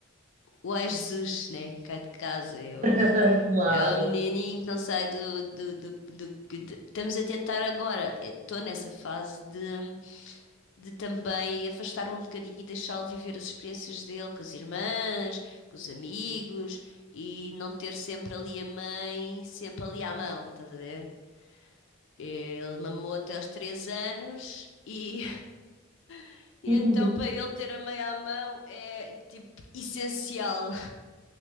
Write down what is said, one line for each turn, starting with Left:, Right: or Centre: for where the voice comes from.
Left: o Jesus, né? Cá de casa, é o,
Right: <laughs> Claro.
Left: é o menininho que não sai do. do, do, do- de- estamos a tentar agora. Estou nessa fase de, de também afastar-me um bocadinho e deixá-lo viver as experiências dele com as irmãs, com os amigos e não ter sempre ali a mãe, sempre ali à mão, estás a ver? Ele mamou até aos três anos e, <laughs> e
Right: <laughs>
Left: então para ele ter a mãe à mão é tipo essencial.